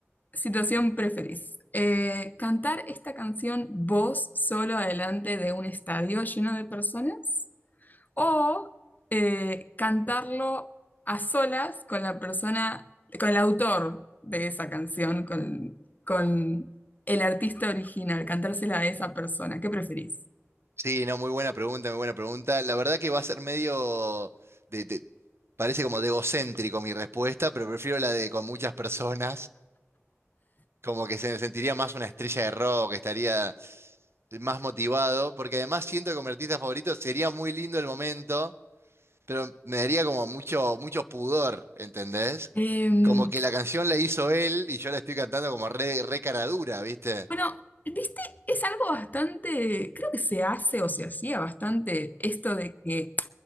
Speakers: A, on the left; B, on the right.
A: situación preferís? Eh, ¿cantar esta canción vos solo adelante de un estadio lleno de personas? ¿O eh, cantarlo a solas con la persona, con el autor de esa canción, con, con el artista original, cantársela a esa persona? ¿Qué preferís?
B: Sí, no, muy buena pregunta, muy buena pregunta. La verdad que va a ser medio de, de- parece como de egocéntrico mi respuesta, pero prefiero la de con muchas personas, como que se me sentiría más una estrella de rock, estaría más motivado, porque además siento que como artista favorito sería muy lindo el momento, pero me daría como mucho, mucho pudor, ¿entendés?
A: Em,
B: Como que la canción la hizo él y yo la estoy cantando como re, re cara dura, ¿viste?
A: bueno, viste, es algo bastante, creo que se hace o se hacía bastante esto de que